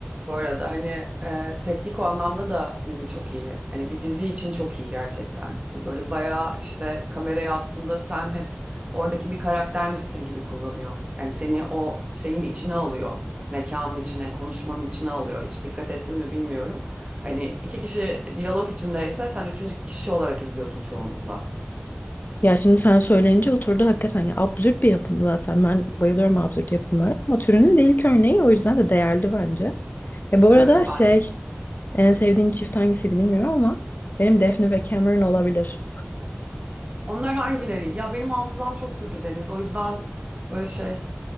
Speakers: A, on the right; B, on the left.
A: bu arada. Hani e, teknik o anlamda da dizi çok iyi. Hani bir dizi için çok iyi gerçekten. Hani böyle bayağı işte kamerayı aslında sen hep oradaki bir karaktermişsin gibi kullanıyor. Yani seni o şeyin içine alıyor. Mekanın içine, konuşmanın içine alıyor. Hiç dikkat ettin mi bilmiyorum. Hani iki kişi diyalog içindeyse sen üçüncü kişi olarak izliyorsun çoğunlukla.
B: Ya şimdi sen söyleyince oturdu hakikaten. Ya absürt bir yapım zaten. Ben bayılıyorum absürt yapımlara ama türünün de ilk örneği o yüzden de değerli bence. E bu
A: Evet
B: arada şey
A: ben.
B: en sevdiğin çift hangisiydi bilmiyorum ama benim Daphne ve Cameron olabilir.
A: Onlar hangileriydi? Ya benim hafızam çok kötü Deniz. O yüzden böyle şey